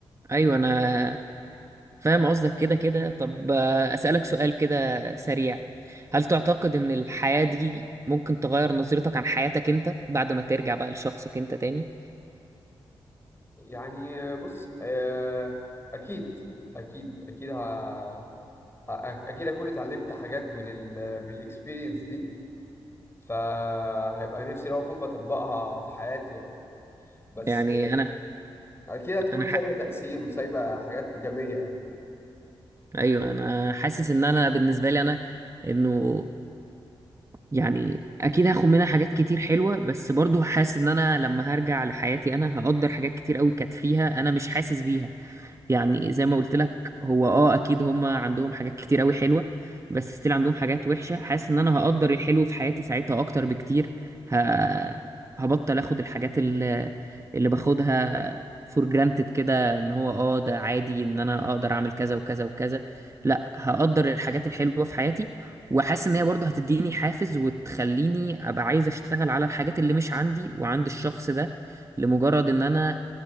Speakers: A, on the right; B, on the left.
A: ايوه انا فاهم قصدك كده كده طب آه، اسألك سؤال كده سريع هل تعتقد ان الحياة دي ممكن تغير نظرتك عن حياتك انت بعد ما ترجع بقى لشخصك انت تاني
B: يعني بص آه، اكيد اكيد اكيد ه... ه... اكيد اكون اتعلمت حاجات من ال... من الاكسبيرينس دي فهيبقى نفسي لو اكون بطبقها في حياتي يعني بس
A: يعني انا
B: اكيد هتكون
A: انا
B: سايبه
A: ح...
B: تأثير وسايبه حاجات ايجابيه يعني
A: ايوه انا حاسس ان انا بالنسبة لي انا انه يعني اكيد هاخد منها حاجات كتير حلوة بس برضو حاسس ان انا لما هرجع لحياتي انا هقدر حاجات كتير قوي كانت فيها انا مش حاسس بيها يعني زي ما قلت لك هو اه اكيد هم عندهم حاجات كتير قوي حلوه بس ستيل عندهم حاجات وحشه حاسس ان انا هقدر الحلو في حياتي ساعتها اكتر بكتير ه... هبطل اخد الحاجات اللي, اللي باخدها فور جرانتد كده ان هو اه ده عادي ان انا اقدر اعمل كذا وكذا وكذا لا هقدر الحاجات الحلوه في حياتي وحاسس ان هي برضه هتديني حافز وتخليني ابقى عايز اشتغل على الحاجات اللي مش عندي وعند الشخص ده لمجرد ان انا